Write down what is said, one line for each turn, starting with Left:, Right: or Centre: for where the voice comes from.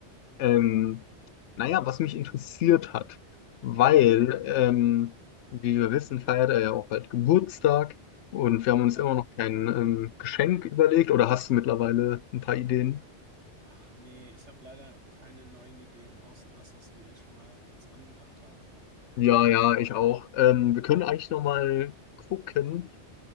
Left: Ähm, naja, was mich interessiert hat, weil,
Right: Ja.
Left: ähm, wie wir wissen, feiert er ja auch bald Geburtstag und wir haben uns
Right: Ja.
Left: immer noch kein ähm, Geschenk überlegt oder hast du mittlerweile ein paar Ideen?
Right: Ach nee, ich habe leider keine neuen Ideen, außer das, was wir eh schon mal uns angedacht haben.
Left: Ja, ja, ich auch. Ähm, wir können eigentlich nochmal gucken,